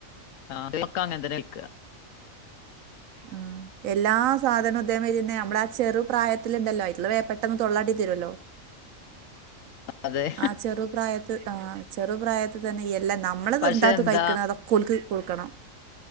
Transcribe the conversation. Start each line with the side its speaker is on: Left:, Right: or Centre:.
Left: ആ <inaudible> അങ്ങ തന്നനിൽക്ക
Right: ആഹ്, എല്ലാ സാധനം. തേ, മയ്രിയെന്നെ നമ്മുളാ ചെറു പ്രായത്തിലുണ്ടല്ലോ, ന്ന് വേ പെട്ടെന്ന് തൊള്ളാട്ടി തരുവല്ലോ.
Left: അതെ
Right: ആഹ്, ചെറുപ്രായത്ത് ആഹ്, ചെറുപ്രായത്ത് തന്നെ എല്ലാ നമ്മള്തന്താത്
Left: പക്ഷെ എന്താ
Right: കഴിക്ക്ണ് അതൊ ഓൽക്ക് കൊട്ക്കെണം.